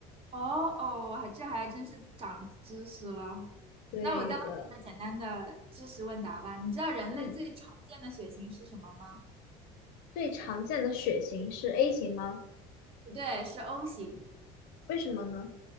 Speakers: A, on the right; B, on the left.
A: 哦哦，我还这还真是长知识了。
B: 对的，
A: 那我再问一个简单的知识问答吧。你知道人类最常见的血型是什么吗？
B: 嗯，最常见的血型是 A 型吗？
A: 不对，是 O 型
B: 为什么呢？